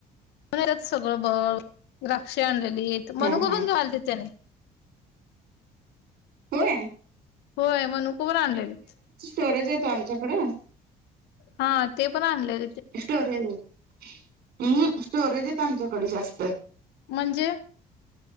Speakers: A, on the left; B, on the right.
A: <unintelligible> येतात सगळं बरच द्राक्ष आणलेली मनुक
B: हा हा
A: पण घाला त त्याने
B: होय
A: होय मनुकवर आणल्यालित
B: तो रोज येतोय आमच्याकडं
A: हा ते पण आणलय.
B: स्टोरेज हम् स्टोरेज येतय आमच्याकड जास्त
A: म्हणजे